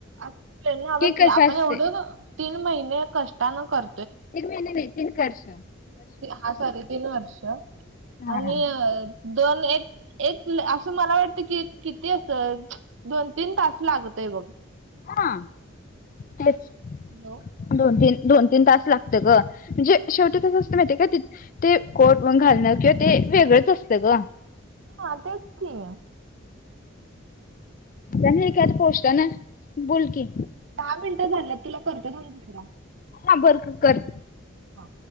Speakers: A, on the right (about 65°); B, on the left (about 40°).
A: आत त्यांना बाई
B: कसं
A: की आपण
B: असते
A: एवढं का तीन महिने कष्टानं कर
B: तीन महिने नाय तीन कर्ष
A: हा सॉरी तीन वर्ष
B: हा
A: आणि अ दोन एक एक असं मला वाटत की किती असं दोन तीन तास लागतय बघ.
B: हा तेच
A: हॅलो
B: दोन तीन दोन तीन तास लागत ग म्हणजे शेवटी कस असत माहीती ये का ते ते कोट पण घालणं किंवा ते वेगळंच असतं ग.
A: हा तेच की
B: त्यानं एखाद पोस्टान बोल की,
A: दहा मिनटं झाल्यात तुला करते मग दुसरा.
B: हां बर कर
A: हा